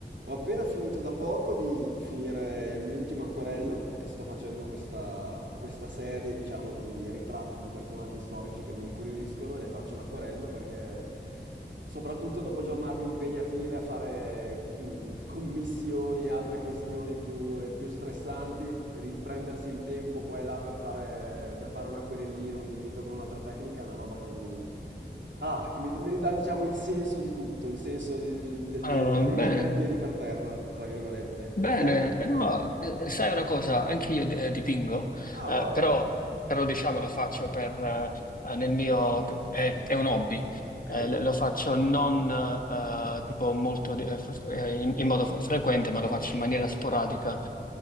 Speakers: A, on the right; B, on the left.
A: Ho appena finito da poco di finire il mio ultimo acquerello, che sto facendo questa, questa serie, diciamo, di ritratti di personaggi storici che mi incuriosiscono e ne faccio un acquerello perché, soprattutto dopo giornate impegnative a fare mm, <laughs> commissioni e altre questioni più, eh, più stressanti, ri- prendersi il tempo qua e là per fare, per fare un acquerellino, un dipinto con un'altra tecnica è una roba che mi Ah, che mi, mi ridà, diciamo, il senso di tutto, il senso del, del
B: Ah,
A: rimettere
B: bene,
A: i piedi per terra, tra virgolette.
B: bene.
A: Te?
B: Eh, No, eh, sai una cosa, anche io eh, dipingo,
A: Ah,
B: eh,
A: wow.
B: però, però diciamo lo faccio per, eh, eh, nel mio, è, è un hobby,
A: Ok.
B: Eh, lo lo faccio non eh, tipo molto, eh, f- eh, in, in modo f- frequente, ma lo faccio in maniera sporadica.